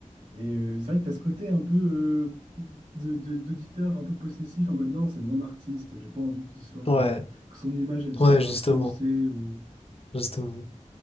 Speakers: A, on the right (about 85°); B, on the left (about 50°).
A: Et euh, c'est vrai que tu as ce côté un peu euh, de, de- d'auditeur un peu possessif en mode non, c'est mon artiste, j'ai pas envie qu'il soit, euh,
B: Ouais,
A: que son image elle soit
B: ouais,
A: influencée
B: justement,
A: ou.
B: justement.